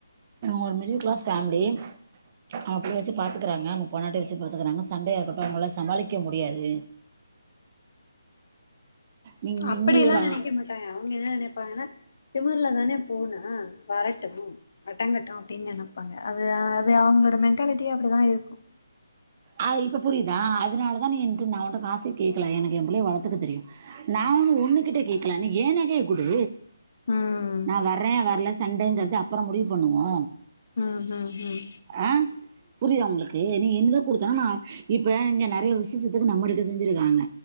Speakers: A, on the right; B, on the left.
A: ஒரு மிடில் கிளாஸ் ஃபமிலி அவ அப்டி வச்சு பாத்துக்கறாங்கங்க பொனாட்டி வச்சு பாத்துக்கறாங்க சண்டயா இருக்கட்டும் அவங்கள சமாளிக்க முடியாது நீங்க
B: அப்படியெல்லா
A: <unintelligible>
B: நெனைக்க அவங்க என்ன நினைப்பாங்கன்னா திமர்ல தான பூனா வரட்டும் அடங்கட் அப்டின்னு நினைப்பாங்க அது அது அவங்களோட மென்ண்டாலிட்டி அப்டிதா இருக்கும்
A: அ இப்ப புரியுதா அதனால தா நீ எனட்டு நா உ்கிட்ட காசே கேட்கல எனக்கு எய பிள்ளய வளத்துக்க தெரியு நா ஒண்ணு ஒண்ணு கிட்ட கேட்கல நீ எய நகய கொடு
B: ம்
A: நா வர்ற வரல சண்டங்கிறது அப்பற முடிவு பண்ணுவோ
B: ம் ம் ம்
A: ஆ புரியுதா உங்களுக்கு நீ எங்க கொடுத்தா நா இப்ப இங்க நெறைய விசேஷத்துக்கு நம்மளுக்கு செஞ்சிருக்காங்க